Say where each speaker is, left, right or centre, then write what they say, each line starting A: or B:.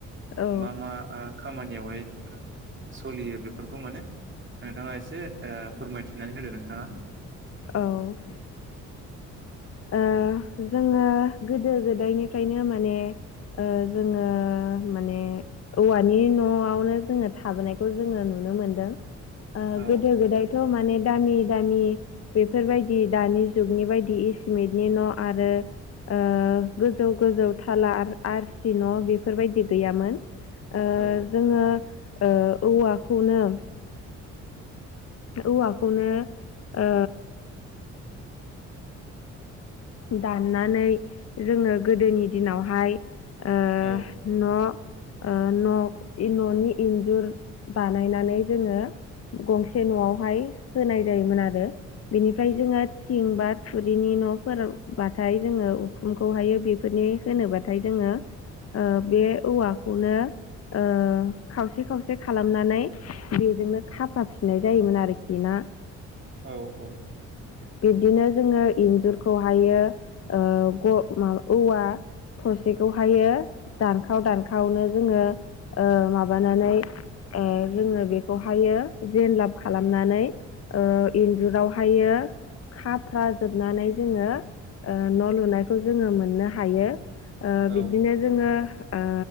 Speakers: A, on the left (about 55°); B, on the right (about 40°).
A: औ
B: मा मा ओ खामानियावहाय सलियो बे फोरखौ मोनो नोंथाङा एसे फोरमायथिनानै होदो नोंथांङा ।
A: औ । ओ जोङो गोदो गोदायनिफ्रायनो माने ओ जोङो माने औवानि न'आवनो जोङो थाबोनाय । खौ जोङो नुनो मोनदों । ओ
B: औ
A: गोदो गोदायथ' माने दामि दामि बेफोरबायदि दानि जुगनि बायदि चिमेनटनि न' आरो ओ गोजौ गोजौ खाालार आरसि न' बेफोरबायदि गैयामोन । ओ
B: औ
A: जोङो ओ औवाखौनो औवाखौनो ओ दानना नै जोङो गोदोनि दिनावहाय ओ
B: औ
A: न' ओ न' इ न'नि इन्जुर बानायनानै जोङो गंसे न'आवहाय होनाय जायोमोन आरो । बेनिफ्राय जोङो थिं बा थुरिनि न'फोराव बाथाय जोङो उखुमखौहायो बेफोरनि होनोबाथाय जोङो ओ बे औवाखौनो ओ खावसे खावसे खालामनानै बेजोंनो खाफा फिननाय जायोमोन आरोखि ना
B: औ औ ।
A: बिबदिनो जोङो इन्जुरखौहायो ओ ग मा औवा थसेखौहायो दानखाव दानखावनो जोङो ओ मा माबानानै ओ जोङो बेखौहायो जेन लाब खालामनानै ओ इन्जुरावहायो खाफ्रा जोबनानै जोङो न' लुनायखौ जोङो मोननो हायो ओ
B: औ
A: बिदिनो जोङो ओ